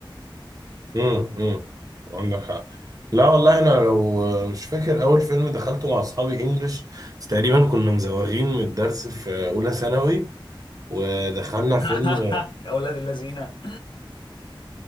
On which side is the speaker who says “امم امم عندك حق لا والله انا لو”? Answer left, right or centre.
Right